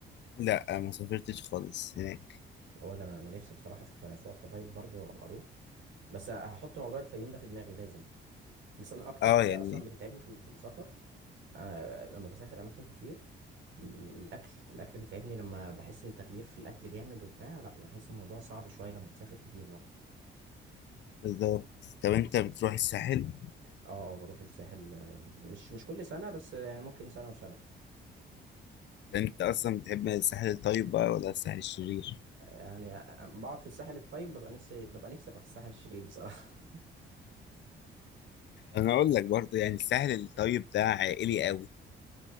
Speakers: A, on the left; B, on the right.
A: لا ما سافرتش خالص هناك
B: ولا انا انا نفسي بصراحة في في وقت قريب برضه ابقى اروح بس هحط موضوع الفيوم ده في دماغي لازم بس انا اكتر
A: اه
B: حاجه
A: يعني
B: اصلا بتتعبني في ال- في السفر آه لما بسافر اماكن كتير م- الاكل الاكل بيتعبني لما بحس ان تغيير في الاكل جامد وبتاع لا بحس الموضوع صعب شويه لما بتسافر كتير برضه
A: بالظبط طب انت بتروح الساحل
B: اه آه، بروح الساحل آه، مش مش كل سنه بس يعني ممكن سنه وسنه
A: انت اصلا بتحب الساحل الطيب بقى ولا الساحل الشرير
B: يعني آه، بقعد في الساحل الطيب ببقى نفسي ببقى نفسي ابقى في الساحل الشرير بصراحه <laughs>
A: انا اقول لك برضه يعني الساحل الطيب ده عائلي قوي